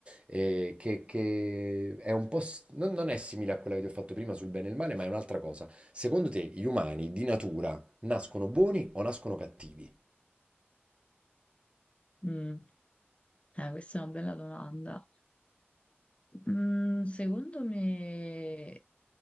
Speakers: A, on the right; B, on the left.
A: eh, che, che è un po', s- non, non è simile a quella che ti ho fatto prima sul bene e il male, ma è un'altra cosa. Secondo te, gli umani di natura nascono buoni o nascono cattivi?
B: Mm. Eh, questa è una bella domanda Mm, secondo me